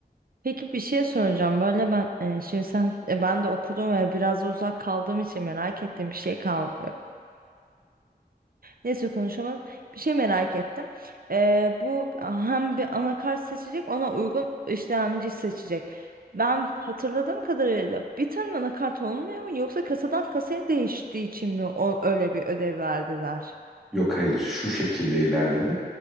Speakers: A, on the right; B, in the centre.
A: Peki bir şey soracağım. Böyle ben e, şimdi sen e, ben de okudum ve biraz da uzak kaldığım için merak ettiğim bir şey kal Neyse konuşamadım. Bir şey merak ettim. Ee, bu hem bir anakart seçecek ona uygun işlemci seçecek. Ben hatırladığım kadarıyla bir tane anakart olmuyor mu yoksa kasadan kasaya değiştiği için mi o, öyle bir ödev verdiler?
B: Yok hayır şu şekilde ilerledi.